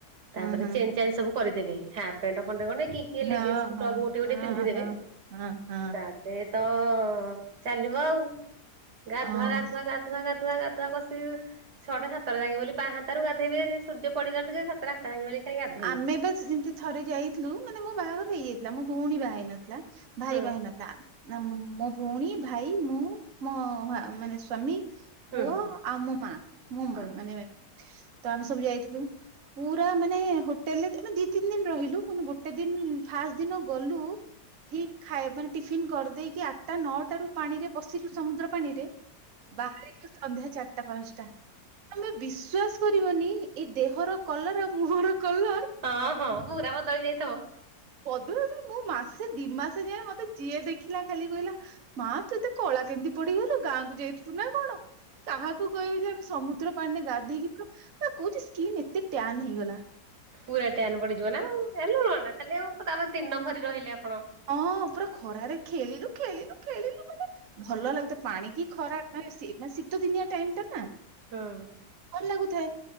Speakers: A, on the right; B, on the right.
A: ତା,
B: ହଁ
A: 'ପରେ
B: ହଁ
A: ଚେନ୍ ଚାନ୍ ସବୁ କରିଦେବେ ହାପ୍ ପେଣ୍ଟ ଖଣ୍ଡେ ଖଣ୍ଡେ କି କିଏ,
B: ହଁ
A: ଲେଗିନ୍ସକୁ
B: ହଁ ହଁ
A: ଟପ୍ ଗୋଟେ ଗୋଟେ
B: ହଁ
A: ପିନ୍ଧିଦେବେ?
B: ହଁ ହଁ
A: ତା'ପରେ ଏ ତ-ଅ ଚାଲିବ ଆଉ। ଗାଧୁଆ
B: ହଁ
A: ଗାଧୁଆ ଗାଧୁଆ ଗାଧୁଆ ଗାଧୁଆ ଗାଧୁଆ କଷି-ଇ ଛଅ ଟା ସାତଟାଯାଙ୍କେ ବୋଲି ପାହାନ୍ତାରୁ ଗାଧେଇବେ, ଯେ ସୂର୍ଯ୍ୟ ପଡିଲା ଠୁକି ସାତଟା ତାଞ୍ଜ୍ ଭଳି ଖାଲି ଗାଧ୍
B: ଆମେ ବା ଯେମିତି ଥରେ ଯାଇଥିଲୁ, ମାନେ ମୋ ବାହାଘର ହେଇଯାଇଥିଲା। ମୋ ଭଉଣୀ ବାହା ହେଇ ନଥିଲା। ଭାଇ
A: ହୁଁ
B: ବାହାହେଇନଥଲା। ନା ମୋ ଭଉଣୀ, ଭାଇ, ମୁଁ, ମୋ ମାନେ ସ୍ଵାମୀ,
A: ହୁଁ
B: ପୁଅ
A: ହୁଁ
B: ଆଉ, ମୋ ମାଁ। ମୋ ମାଁ
A: ହୁଁ
B: ମାନେ ତ ଆମେ ସବୁ ଯାଇଥିଲୁ। ପୁରା ମାନେ ହୋଟେଲରେ ଆମେ ଦି ତିନି ଦିନ ରହିଲୁୁ, ମାନେ ଗୋଟେ ଦିନ ଫାଷ୍ଟ ଦିନ ଗଲୁ ଉ ଠିକ୍ ଖାଇ ମାନେ ଟିଫିନ୍ କରିଦେଇକି ଆଠଟା ନଅଟା ରୁ ପାଣିରେ ପଶିଲୁ, ସମୁଦ୍ର ପାଣିରେ ବାହାରିଲୁ ସ ସନ୍ଧ୍ୟା ଚାରିଟା ପାଞ୍ଚଟା, ତମେ ବିଶ୍ଵାସ କରିବନି! ଏଇ ଦେହର କଲର ଆଉ ମୁହଁର କଲର।
A: ହଁ, ହଁ, ପୁରା ବଦଳି ଯାଇଥିବ!
B: ବଦଳିନି। ମୁଁ ମାସେ ଦି, ମାସେ ଯାଏ। ମତେ ଯିଏ ଦେଖିଲା, ଖାଲି କହିଲା ମାଁ, ତୁ ଏତେ କଳା କେମିତି ପଡିଗଲୁ ଗାଁକୁ ଯାଇଥିଲୁ ନା କଣ? କାହାକୁ କହିବୁ ଯେ ଆମେ ସମୁ ତ୍ର ପାଣିରେ ଗାଧେଇକି, ପୁରା କହୁଛି ସ୍କିନ୍ ଏତେ ଟ୍ୟାନ୍ ହେଇଗଲା।
A: ପୁରା ଟ୍ୟାନ୍ ପଡିଯିବ ନା ଆଉ। ଲୁଣ ଟା ଖାଲି ଆଉ, ତା'ପରେ ଦିନ ଭରି ରହିଲେ ଆପଣ।
B: ହଁ, ପୁରା ଖରାରେ ଖେଳିଲୁ, ଖେଳିଲୁ, ଖେଳିଲୁ ମାନେ ଭଲ ଲାଗୁ ତ ପାଣି କି ଖରାଟା ବେଶୀ, ଶୀତ ଦିନିଆ ଟାଇମ୍ ଟା ନା।
A: ହଁ।
B: ଭଲ ଲାଗୁଥାଏ?